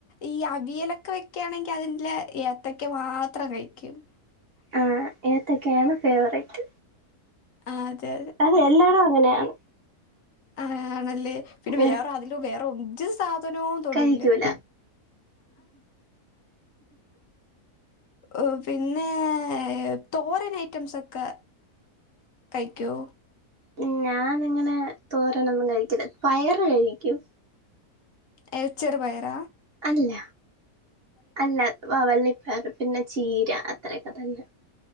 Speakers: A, on the left; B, on the right.
A: ഈ അവിയലൊക്കെ വെക്കയാണെങ്കിൽ അതിന്റെ ഏത്തേക്ക മാത്രം കഴിക്കും ഓക്ക <inaudible>
B: ആഹ ഏത്തൊക്കെയാണ് ഫേവററ്റ്
A: ആഹ് അതെ
B: അതെ എല്ലാടും അങ്ങനെയാണ്
A: ആ ആണല്ലേ പിന്നെ
B: ഉം
A: വേറെ ആരേലും വേറെ ഒരു സാധന നോ തൊടൂല
B: കഴിക്കൂല
A: ഓ പിന്നെ തോരൻ ഐറ്റംസ് ഒക്കെ കഴിക്കോ
B: ഉ ഞാനിങ്ങനെ തോരനൊന്നും കഴിക്കില്ല പയറ് കഴിക്കും
A: എ ചെറുപയറ
B: അല്ല അല്ല വ വള്ളിപ്പാറ് പിന്നെ ചീര അത്രയൊക്കെ തന്നെ